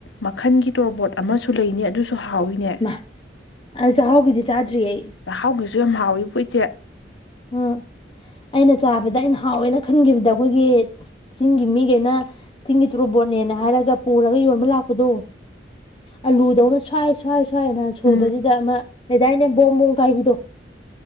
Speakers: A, on the left; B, on the left.
A: ꯃꯈꯜꯒꯤ ꯇꯣꯔꯕꯣꯠ ꯑꯃꯁꯨ ꯂꯩꯅ‌ꯦ ꯑꯗꯨ ꯁꯨ ꯍꯥꯎꯋꯤꯅꯦ
B: ꯃꯥ ꯑꯩ ꯆꯥꯛꯍꯥꯎꯒꯤꯗꯤ ꯆꯥꯗ꯭ꯔꯤ ꯑꯩ
A: ꯆꯥꯛꯍꯥꯎꯒꯤꯁꯨ ꯌꯥꯝ ꯍꯥꯎꯋꯤꯕ‌ꯣ ꯏꯆ‌ꯦ
B: ꯎꯝ ꯑꯩꯅ ꯆꯥꯕꯗ ꯑꯩꯅ ꯍꯥꯎꯋꯦꯅ ꯈꯟꯈꯤꯕꯗ ꯑꯩꯈꯣꯏꯒꯤ ꯆꯤꯡꯒꯤ ꯃꯤꯈꯩꯅ ꯆꯤꯡꯒꯤ ꯇꯣꯔꯨꯕꯣꯠꯅꯦꯅ ꯍꯥꯏꯔꯒ ꯄꯨꯔꯒ ꯌꯣꯟꯕ ꯂꯥꯛꯄꯗꯣ ꯑꯂꯨꯗꯧꯅ ꯁ꯭ꯋꯥꯏ ꯁ꯭ꯋꯥꯏ ꯁꯋꯥꯏꯅ ꯁꯣꯏꯕꯁꯤꯗ
A: ꯎꯝ
B: ꯑꯃ ꯂꯩꯗꯥꯏꯅꯦ ꯕꯣꯝꯕꯣꯝ ꯀꯥꯏꯕꯤꯗꯣ